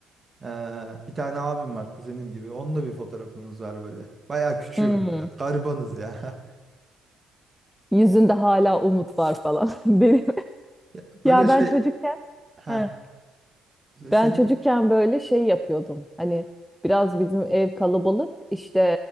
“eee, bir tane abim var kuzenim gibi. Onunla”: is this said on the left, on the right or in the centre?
Right